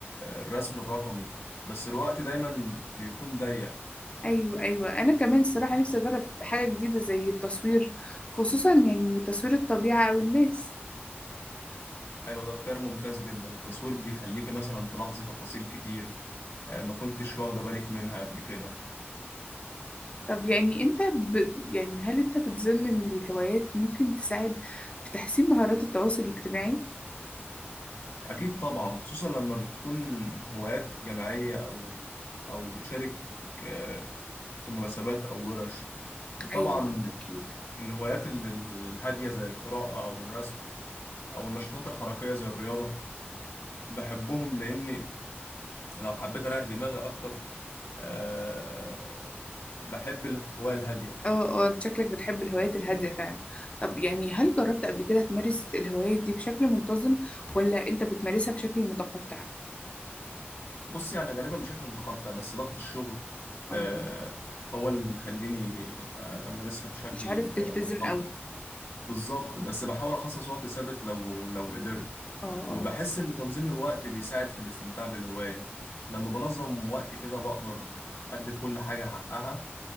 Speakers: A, on the left; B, on the left.
A: الرسم الرقمي بس الوقت دايما بيكون ضيق
B: ايوه ايوه انا كمان الصراحة نفسي اجرب حاجة جديدة زي التصوير خصوصا يعني تصوير الطبيعة او الناس
A: أيوة ده اختيار ممتاز جدا التصوير بيخليكي مثلا تلاحظي تفاصيل كتير آه، ما كنتش واخدة بالك منها قبل كده
B: طب يعني انت ب... يعني هل انت بتظن ان الهوايات ممكن تساعد في تحسين مهارات التواصل الاجتماعي
A: أكيد طبعا خصوصا لما بتكون هوايات جماعية أو أو بتشارك آه، في مناسبات أو ورش وطبعا
B: ايوه اكيد
A: الهوايات ال- الهادية زي القراءة أو الرسم أو النشاطات الحركية زي الرياضة بحبهم لأني لو حبيت أريح دماغي أكتر آه، بحب الهواية الهادية
B: اه اه انت شكلك بتحب الهوايات الهادية فعلا طب يعني هل جربت قبل كده تمارس الهوايات دي بشكل منتظم ولا انت بتمارسها بشكل متقطع
A: بص يعني غالبا بشكل متقطع بس ضغط الشغل
B: اه
A: آه، هو اللي مخليني آه، أمارسها بشكل
B: مش عارف تلتزم
A: آه، متقطع
B: قوي
A: بالظبط بس بحاول اخصص وقت ثابت لو لو قدرت
B: اه
A: وبحس
B: اه
A: ان تنظيم الوقت بيساعد في الاستمتاع بالهواية لما بنظم وقت كده بقدر ادي كل حاجة حقها